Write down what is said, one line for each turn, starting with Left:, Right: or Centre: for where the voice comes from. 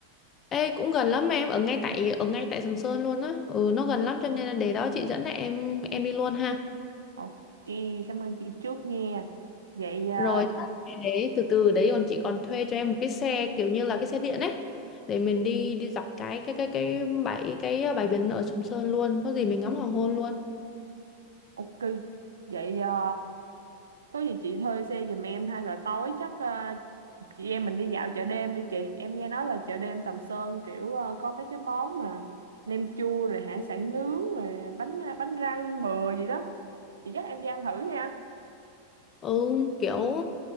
Left: ê cũng gần lắm em ở ngay tại ở ngay tại Sầm Sơn luôn á ừ nó gần lắm cho nên là để đó chị dẫn em em đi luôn ha
Right: ok cảm ơn chị trước nha vậy ờ,
Left: rồi đấy từ từ đấy còn chị còn thuê cho em một cái xe kiểu như là cái xe điện ấy để mình đi đi dọc cái cái cái cái bãi cái ờ, bãi biển ở Sầm Sơn luôn có gì mình ngắm hoàng hôn luôn
Right: ok vậy ờ, có gì chị thuê xe giùm em hay là tối chắc à, chị em mình đi dạo chợ đêm đi chị em nghe nói là chợ đêm Sầm Sơn kiểu ờ, có mấy cái món mà nem chua rồi hải sản nướng rồi bánh ờ, bánh răng bừa gì đó chị dắt em đi ăn thử nha
Left: ừ kiểu